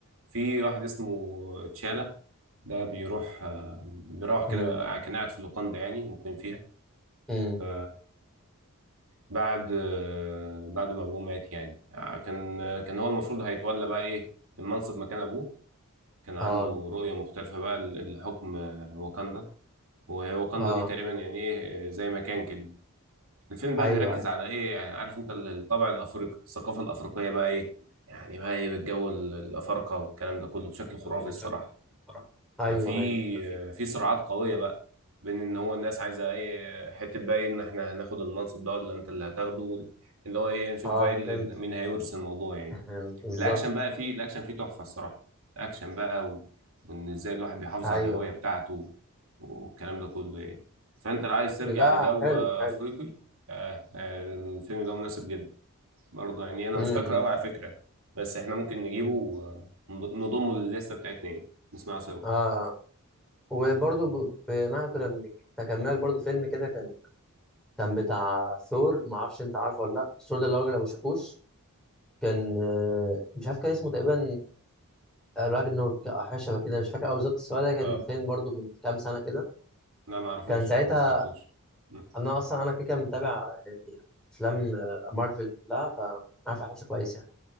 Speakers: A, on the right; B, in the centre.
A: في واحد اسمه تشالا ده بيروح آه، بيروح
B: امم
A: كده كان قاعد في اللوكاندا يعني مقيم
B: امم
A: فيها بعد آه، بعد ما ابوه مات يعني آه، كان آه، كان هو المفروض هيتولى بقى ايه المنصب مكان ابوه كان
B: اه
A: عنده رؤية مختلفة بقى ل- لحكم آه، واكاندا وهي واكاندا
B: اه
A: دي تقريبا يعني ايه آه، زي ما كان كده الفيلم بقى
B: ايوه
A: بيركز
B: ايوه
A: على ايه يعني عارف انت ال- الطابع الافريقي الثقافة الافريقية بقى ايه يعني بقى ايه بالجو ال- الافارقة والكلام ده كله بشكل خرافي
B: ده كله
A: الصراحة
B: بشكل بصراحة ايوه
A: ففي
B: ايوه ده فيه
A: في صراعات قوية بقى بين ان هو الناس عايزة ايه حتة بقى ايه ان احنا هناخد المنصب ده ولا انت اللي هتاخده اللي هو ايه نشوف
B: اه
A: بقى إيه اللي-
B: فهمت
A: مين هيورث الموضوع يعني
B: <laughs> بالظبط
A: الاكشن بقى فيه الاكشن فيه تحفة الصراحة اكشن بقى و... وان ازاي الواحد بيحافظ
B: ايوه
A: على الهوية
B: أيوة.
A: بتاعته والكلام ده كله يعني فانت لو عايز ترجع
B: لا
A: لجو
B: حلو
A: افريقي
B: حلو
A: آه آه الفيلم ده مناسب جدا برضه يعني انا
B: امم
A: مش فاكره قوي على فكرة بس احنا ممكن نجيبه
B: أمم.
A: ونضمه للستة بتاعتنا يعني نسمعه سوا
B: اه آه. وبرضه ب- بما كنا بنك- تكملك برضه فيلم كده كان كان بتاع ثور ما اعرفش انت عارفه ولا لا ثور ده اللي هو راجل ابو شاكوش كان آه، مش عارف كان اسمه تقريبا راجنورك او حاجه شبه كده مش فاكر قوي بالظبط بس هو ده كان
A: اه
B: فيلم برضو من كام سنه كده
A: لا ما اعرفوش
B: كان ساعتها
A: ما سمعتوش مم.
B: انا اصلا انا كده كده متابع يعني افلام آه، مارفل كلها فعارف احساسه كويس يعني